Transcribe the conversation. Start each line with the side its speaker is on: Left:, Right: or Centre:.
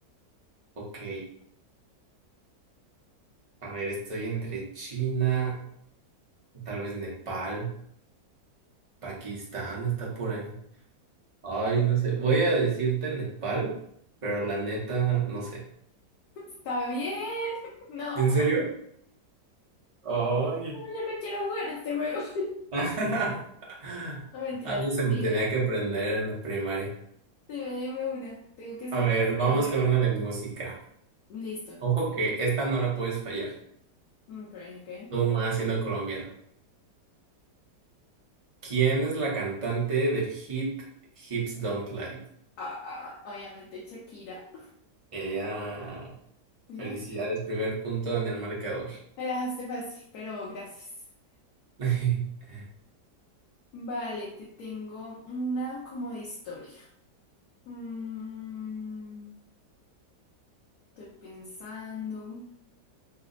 Right: Ok, a ver, estoy entre China, tal vez Nepal, Pakistán está por ahí. Ay, no sé. Voy a decirte Nepal, pero la neta, no sé.
Left: Está bien, <laughs> no,
Right: ¿En
Left: no,
Right: serio? Ay.
Left: yo no quiero jugar este juego. <laughs>
Right: <laughs>
Left: No, mentiras,
Right: Algo se
Left: dime,
Right: me tenía que aprender en la primaria.
Left: dime, dime una. Tengo que ser
Right: A ver,
Left: un
Right: vamos
Left: ahora.
Right: con una de música.
Left: Listo.
Right: Ojo que esta no la puedes fallar.
Left: Mm, Ok, ok.
Right: Tú más siendo colombiano. ¿Quién es la cantante del hit Hips Don't Lie?
Left: Ah, ah, obviamente Shakira.
Right: Ella.
Left: Mira,
Right: Felicidades, primer punto en el marcador.
Left: me la dejaste fácil, pero gracias.
Right: <laughs>
Left: Vale, te tengo una como de historia. Mm, estoy pensando.